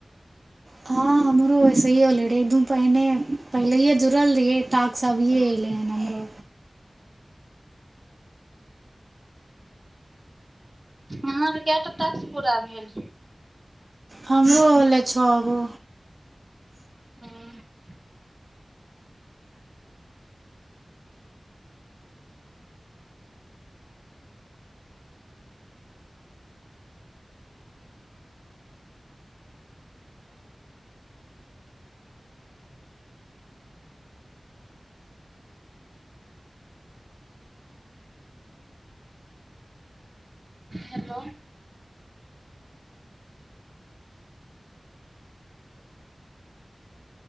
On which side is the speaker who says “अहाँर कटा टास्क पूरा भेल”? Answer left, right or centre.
Right